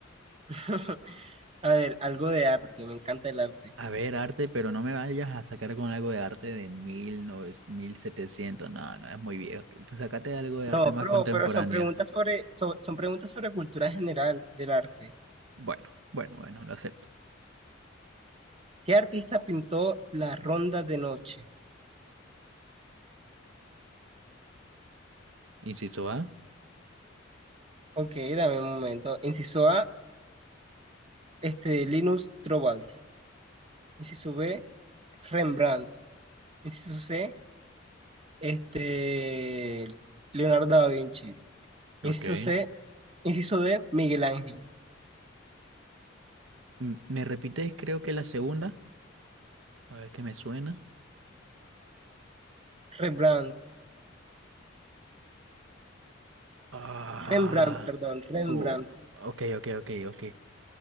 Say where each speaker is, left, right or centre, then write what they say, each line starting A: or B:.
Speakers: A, on the right (about 30°); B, on the right (about 75°).
A: <laughs> A ver, algo de arte, me encanta el arte.
B: A ver, arte, pero no me vayas a sacar con algo de arte de mil novecientos, mil setecientos No, no, es muy viejo. Sácate algo de
A: No,
B: arte más
A: pero,
B: contemporánea.
A: pero son preguntas sobre, so- son preguntas sobre cultura general del arte.
B: Bueno, bueno, bueno, lo acepto.
A: ¿Qué artista pintó la Ronda de Noche?
B: Inciso A.
A: Ok, dame un momento. Inciso A, este, Linus Torvalds. Inciso B, Rembrandt. Inciso C, este, Leonardo da Vinci. Inciso
B: Ok.
A: C, inciso D, Miguel Ángel.
B: M- ¿Me repites, creo que la segunda? A ver qué me suena.
A: Rembrandt,
B: Ah.
A: Rembrandt, perdón, Rembrandt,
B: uh, ok, ok, ok, ok.